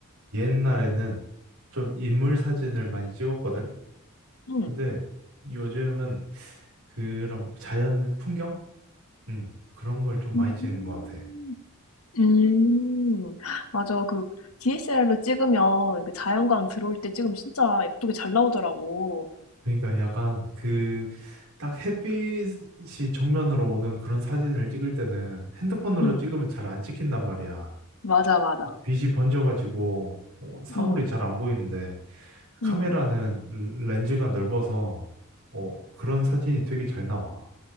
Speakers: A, on the right (about 75°); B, on the left (about 75°).
A: 옛날에는 좀 인물 사진을 많이 찍었거든?
B: 응.
A: 근데 요즘은 그런 자연 풍경? 음, 그런 걸 좀 많이
B: 음,
A: 찍는 것 같아.
B: 음, 맞아. 그 DSLR로 찍으면 그 자연광 들어올 때 찍으면 진짜 예쁘게 잘 나오더라고.
A: 그러니까 약간 그 딱 햇빛이 정면으로 오는 그런 사진을 찍을 때는 핸드폰으로
B: 응,
A: 찍으면 잘 안 찍힌단 말이야.
B: 맞아, 맞아.
A: 빛이 번져가지고 어, 사물이
B: 응,
A: 잘 안 보이는데 카메라는
B: 응,
A: 렌즈가 넓어서 어, 그런 사진이 되게 잘 나와.